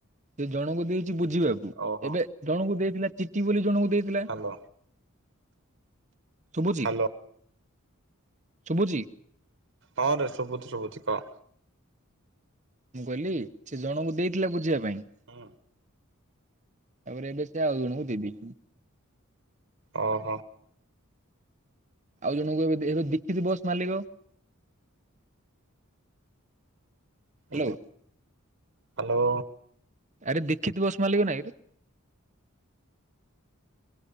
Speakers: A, on the right; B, on the right.
A: ସେ ଜଣଙ୍କୁ ଦେଇଚି ବୁଝିବା କୁ
B: ଓହୋ
A: ଏବେ ଜଣଙ୍କୁ ଦେଇଥିଲା ଚିକି ବୋଲି ଜଣଙ୍କୁ ଦେଇଥିଲା।
B: ହାଲୋ
A: ଶୁବୁଚି
B: ହାଲୋ
A: ଶୁବୁଚି?
B: ହଁରେ ଶୁବୁଚି ଶୁବୁଚି କହ।
A: ମୁଁ କହିଲି ସେ ଜଣଙ୍କୁ ଦେଇଥିଲା ବୁଝିବା ପାଇଁ।
B: ହଁ।
A: ତାପରେ ଏବେ ସେ ଆଉ ଜଣଙ୍କୁ ଦେବି।
B: ଅହ।
A: ଆଉ ଜଣଙ୍କୁ ଏବେ ଦେଇଦେ ଦିକିରି ବସ୍ ମାଲିକ। ହ୍ୟାଲୋ
B: ଏତେ ହାଲୋ।
A: ଆରେ ଦୀକ୍ଷିତ ବସ୍ ମାଲିକ ନାଇଁରେ।